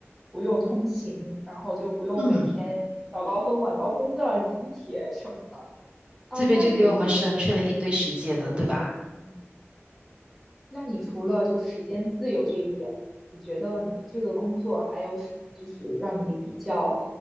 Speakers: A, in the centre; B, on the right.
A: 不用通勤，然后就不用每天早高峰、
B: 嗯，
A: 晚高峰的集铁什么的啊。
B: 这边就给我们省去了一堆时间了，
A: 那你，
B: 对吧？
A: 嗯，那你除了就时间自由这一点，你觉得你这个工作还有什么就是让你比较，